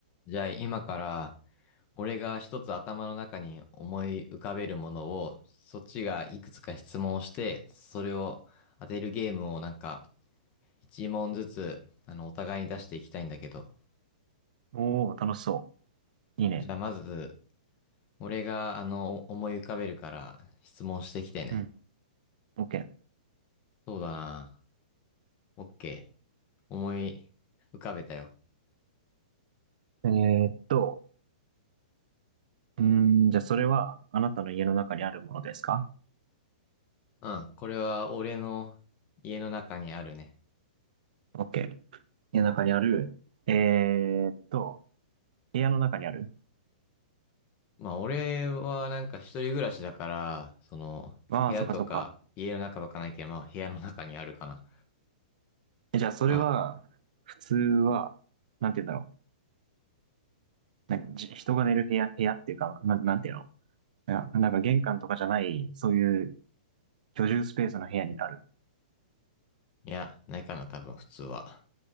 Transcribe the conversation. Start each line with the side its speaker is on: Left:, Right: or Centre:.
Left: じゃあ今から俺が一つ頭の中に思い浮かべるものをそっちがいくつか質問をしてそれを当てるゲームをなんか一問ずつあのお互いに出していきたいんだけど
Right: おー、楽しそう。いいね。
Left: じゃあまず俺があの思い浮かべるから質問してきてね
Right: うん。OK。え
Left: そうだなオッケー思い浮かべたよ
Right: ーっと、うーん、じゃあそれは、あなたの家の中にあるものですか
Left: うんこれは俺の家の中にあるね
Right: ?OK。家の中にある。えーっと、部屋の中にある。
Left: まあ、俺はなんか一人暮らしだから、その、
Right: ああ、
Left: 部屋とか、
Right: そっかそっか。
Left: 家の中とかないけど、まあ、部屋の中にあるかな。
Right: えじゃあそれは、
Left: まあ、
Right: 普通は、なんて言うんだろう。何、じ人が寝る部屋、部屋っていうか、な、なんていうのいや、なんか玄関とかじゃない、そういう居住スペースの部屋にある。
Left: いや、ないかな、多分、普通は。